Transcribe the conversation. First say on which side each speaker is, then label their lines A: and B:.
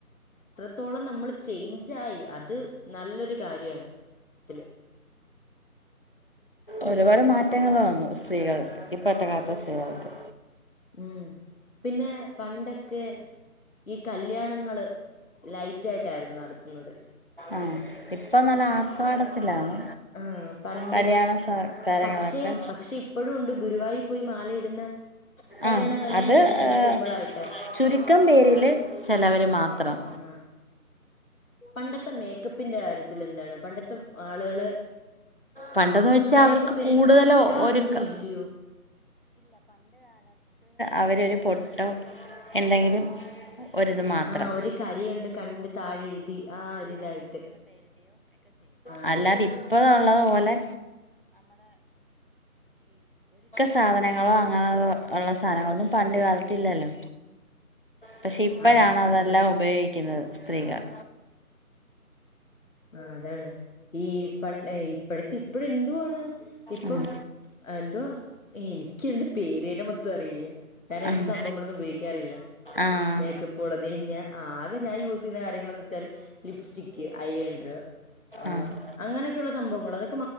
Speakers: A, on the left; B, on the left.
A: ത്രൊളം നമ്മള് ജീൻസായി അത് നല്ലൊരു കാര്യമാണ് തിള്
B: ഒരുവാട് മാറ്റങ്ങള്‌ വന്ന് കള് ഇപ്പത്തെ നത്തെ സ്ത്രീകൾക്ക്
A: ഉംഹ് പിന്നെ പണ്ടെക്കെ ഈ കല്യാണങ്ങള് ലൈറ്റാട്ടാരുന്നു നടത്തുന്നത്
B: ആഹ് ഇപ്പ നല്ല ആർഭാടത്തിലാണ്
A: ആഹ്ആ പണ്ട്
B: കല്യാണ സൽക്കാരങ്ങളൊക്കെ
A: പക്ഷേ പക്ഷെ ഇപ്പോഴു ഒണ്ട് ഗുരുവായൂ പോയി മാലയിടുന്ന കല്യാണങ്ങൾ
B: ആ
A: ഞാൻ
B: അത്
A: കണ്ടിട്ടുണ്ട്
B: ഏ
A: സിമ്പിൾ ആയിട്ട്
B: ചുരുക്കം പേരില് ചിലവര് മാത്രം
A: ആ പണ്ടത്തെ മേക്കപ്പിന്റെ കാര്യത്തിൽ എന്താണ് പണ്ടത്തെ ആളുകള്
B: പണ്ടെന്ന് വെച്ചാ
A: മേക്കപ്പ്
B: അവർക്ക്
A: എനിക്കൊന്ന്
B: കൂടുതല്
A: അധികം ഇടാറുണ്ട്
B: ഒരുക്കം
A: ഇല്ലയോ
B: അവരരു പൊട്ടോ എന്തെങ്കിലും വരുന്നേ
A: ആ ഒരു കരയുണ്ട് കണ്ണിന്റെ താഴെ എഴുതി ആ ഒരിതായി ആഹ്
B: ഹലോ ഓലേ സാധനങ്ങളോ അങ്ങനെ ഉള്ള സാധനങ്ങളൊ ഒന്നും പണ്ട് കാലത്ത്ല്ലല്ലോ പക്ഷേ ഇപ്പോഴാണ്
A: ആഹ്
B: അതെല്ലാ
A: അതാണ്
B: ഉപയോഗിക്കുന്നത് സ്ത്രീകള്
A: ആ അതാണ് ഈ പണ്ട് ഇപ്പഴ്ത്തെ ഇപ്പഴ് എന്തുവാണ് ഇപ്പം
B: ഉം
A: എഹ് എന്തോ എനിക്ക് അതിന്റ പേരേ മൊത്ത അറിയില്ലേ ഞാാന അങ്ങനെ
B: ആഹ്
A: സംഭവങ്ങളൊന്നു ഉപയോഗിക്കാറില്ല
B: ആഹ്
A: മേക്കപ്പള്ള നെയഞ്ഞ് ആ ആകെ ഞാൻ യൂസ് ചെയ്യുന്ന കാര്യങ്ങളന്ന് വെച്ചാല് ലിപ്സ്റ്റിക്ക് അ അ
B: ആഹ്
A: അങ്ങനെ ഒക്കെ ഉള്ള സ്ഥല സംഭവങ്ങള് അത്